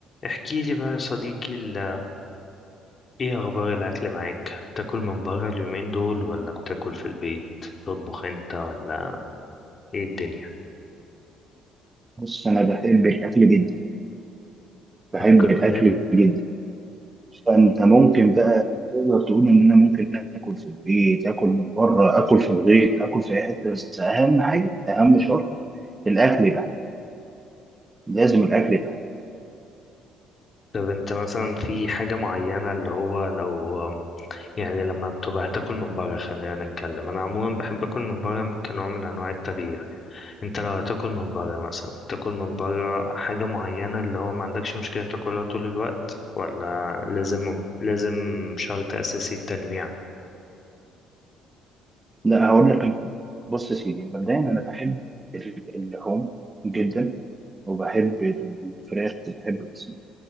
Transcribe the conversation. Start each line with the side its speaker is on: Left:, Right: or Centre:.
Left: احكي لي بقى يا صديقي ال- ايه اخبار الاكل معاك بتاكل من بره اليومين دول ولا بتاكل في البيت تطبخ انت ولا ايه الدنيا
Right: بص انا بحب الاكل جدا بحب
Left: كلنا
Right: الاكل جدا فانت ممكن بقى تقدر تقول ان انا ممكن اكل في البيت اكل من بره اكل في الغيط اكل في اي حته بس اهم حاجه اهم شرط الاكل يبقى حلو لازم الاكل يبقى حلو
Left: طب انت مثلا في حاجة معينة اللي هو لو يعني لما بتبقى هتاكل من بره خلينا نتكلم انا عموما بحب اكل من بره كنوع من انواع التغيير انت لو هتاكل من بره مثلا بتاكل من بره حاجة معينة اللي هو ما عندكش مشكلة تاكلها طول الوقت ولا لازم لازم شرط اساسي التنويع
Right: لا هقول لك انا بص يا سيدي مبدئيا انا بحب ال- اللحوم جدا وبحب الفراخ وبحب الاسماك